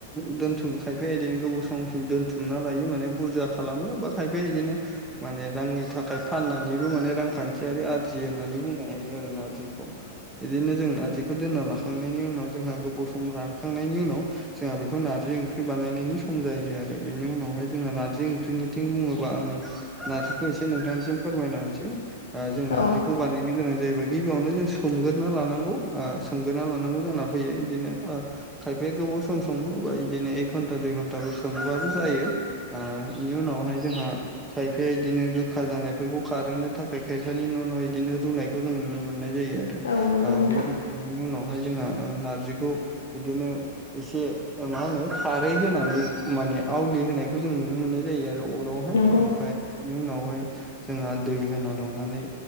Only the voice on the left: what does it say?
औ
औ नंगौ
नोंथां
नंगौ